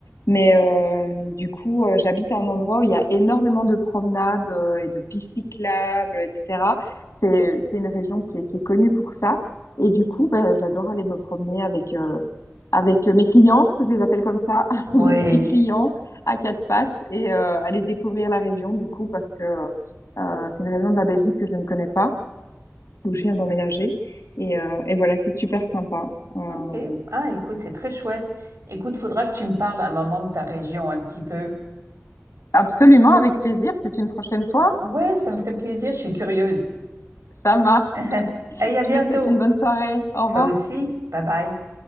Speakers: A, on the left; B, on the right.
A: Mais euh, du coup, euh, j'habite à un endroit où il y a énormément de promenades euh, et de pistes cyclables, etc. C'est, c'est une région qui est, qui est connue pour ça. Et du coup, ben, j'adore aller me promener avec, euh, avec euh, mes clients, je les appelle comme ça, <laughs>
B: oui.
A: mes petits clients à quatre pattes, et euh, aller découvrir la région, du coup, parce que euh, c'est une région de la Belgique que je ne connais pas où je viens d'emménager. Et, euh, et voilà, c'est super sympa. Euh,
B: Ok. Ah, écoute, c'est très chouette. Écoute, faudra que tu me parles à un moment de ta région un petit peu.
A: Absolument, avec plaisir. C'est une prochaine fois.
B: Ouais, ça me ferait plaisir, je suis curieuse.
A: Ça marche.
B: <laughs> Et
A: Je
B: à bientôt.
A: te souhaite une bonne soirée. Au
B: Toi
A: revoir.
B: aussi. Bye bye.